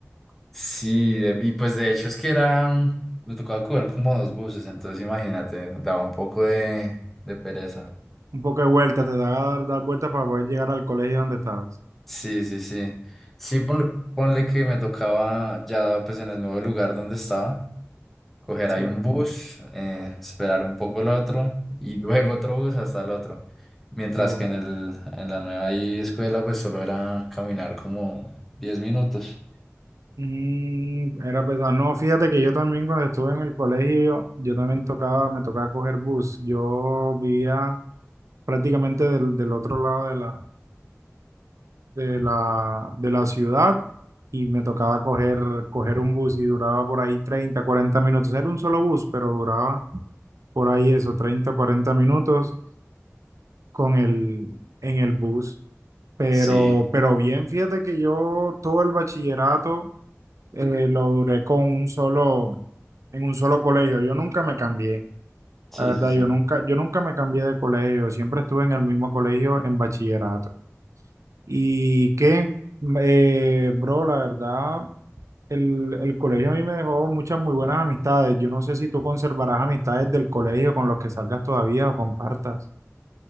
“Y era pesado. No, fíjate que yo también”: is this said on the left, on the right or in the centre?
Right